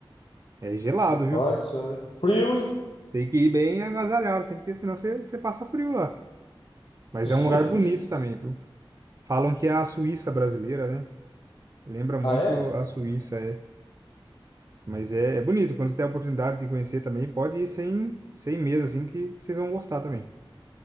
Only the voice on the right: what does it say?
É gelado,
viu?
Tem que ir bem agasalhado, assim, porque senão você, você passa frio lá. Mas
é um lugar bonito também, viu? Falam que é a Suíça brasileira, né? Lembra muito
a Suíça, é. Mas é, é bonito, quando você tem a oportunidade de conhecer também, pode ir sem, sem medo, assim, que, que vocês vão gostar também.